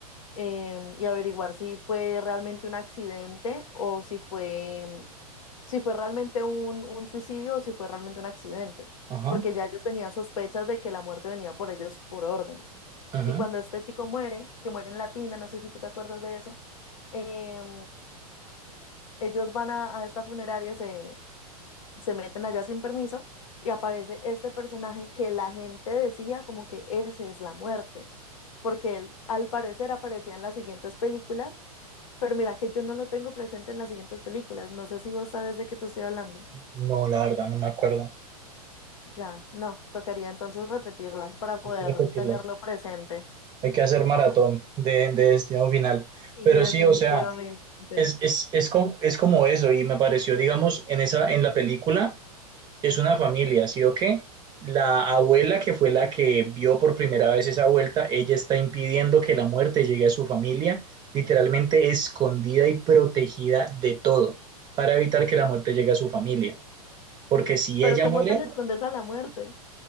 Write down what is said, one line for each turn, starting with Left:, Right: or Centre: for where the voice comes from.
Left: eh, y averiguar si fue realmente un accidente o si fue si fue realmente un, un suicidio o si fue realmente un accidente,
Right: Ajá,
Left: porque ya ellos tenían sospechas de que la muerte venía por ellos por orden.
Right: ajá.
Left: Y cuando este chico muere, que muere en Latina, no sé si tú te acuerdas de eso, em, ellos van a, a esta funeraria, se, se meten allá sin permiso y aparece este personaje que la gente decía como que ese es la muerte, porque él al parecer aparecía en las siguientes películas, pero mira que yo no lo tengo presente en las siguientes películas, no sé si vos sabes de qué te estoy hablando.
Right: No, la verdad, no me acuerdo.
Left: Ya, no, tocaría entonces repetirlas para poder
Right: Hay que repetirlas.
Left: tenerlo presente.
Right: Hay que hacer maratón de, de destino final.
Left: Sí,
Right: Pero
Left: definitivamente.
Right: sí, o sea, es, es, es, como, es como eso y me pareció, digamos, en, esa, en la película es una familia, ¿sí o qué? La abuela que fue la que vio por primera vez esa vuelta, ella está impidiendo que la muerte llegue a su familia, literalmente escondida y protegida de todo, para evitar que la muerte llegue a su familia. Porque si
Left: Pero
Right: ella
Left: ¿cómo
Right: muere,
Left: te le escondes a la muerte?